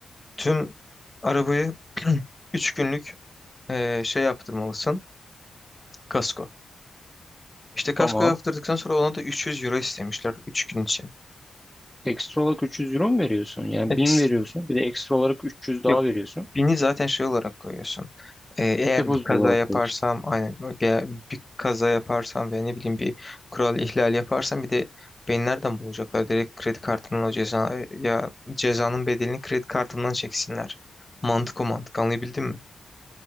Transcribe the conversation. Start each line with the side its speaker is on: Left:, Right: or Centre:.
Left: Tüm arabayı <clears throat> 3 günlük ee, şey yaptırmalısın. Kasko. İşte kasko
Centre: Tamam.
Left: yaptırdıktan sonra ona da 300 euro istemişler 3 gün için.
Centre: Ekstra olarak 300 euro mu veriyorsun? Yani
Left: Peki.
Centre: 1000 veriyorsun. Bir de ekstra olarak 300 daha
Left: Yok
Centre: veriyorsun.
Left: bini zaten şey olarak koyuyorsun. Ee, eğer
Centre: Depozito
Left: bir kaza
Centre: olarak
Left: yaparsam
Centre: veriyorsun.
Left: aynen bir, bir kaza yaparsam veya ne bileyim bir kural ihlali yaparsam bir de beni nereden bulacaklar? Direkt kredi kartımdan o ceza ya cezanın bedelini kredi kartımdan çeksinler. Mantık o mantık anlayabildin mi?